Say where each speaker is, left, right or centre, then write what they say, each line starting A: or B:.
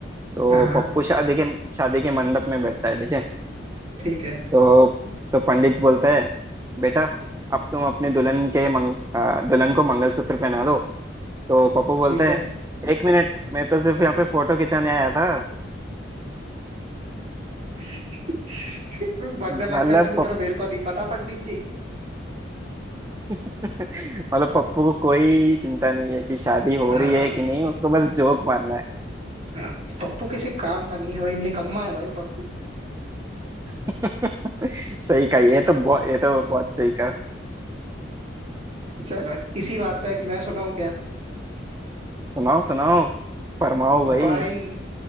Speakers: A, on the right (about 15°); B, on the right (about 35°).
A: तो
B: हाँ
A: पप्पू शादी के शादी के मंडप में बैठता है ठीक है
B: ठीक है
A: तो तो पंडित बोलता है बेटा अब तुम अपने दुल्हन के मंग, आ, दुल्हन को मंगलसूत्र पहना दो तो पप्पू बोलता
B: ठीक
A: है
B: है
A: एक मिनट मैं तो सिर्फ यहाँ पे फोटो खिंचाने आया था
B: <laughs> मंगल
A: मतलब
B: अग्गल सूत्र
A: पप...
B: मेरे को नहीं पता पंडित जी
A: <laughs> मतलब पप्पू को कोई चिंता नहीं है कि शादी हो
B: हाँ
A: रही है कि नहीं उसको बस जोक मारना है
B: हाँ, पप्पू किसी काम का नहीं है भाई निकम्मा है भाई पप्पू
A: <laughs> सही कहा ये तो बहुत ये तो बहुत सही कहा
B: चल भाई इसी बात पे एक मैं सुनाऊं क्या
A: सुनाओ सुनाओ फरमाओ भाई
B: भाई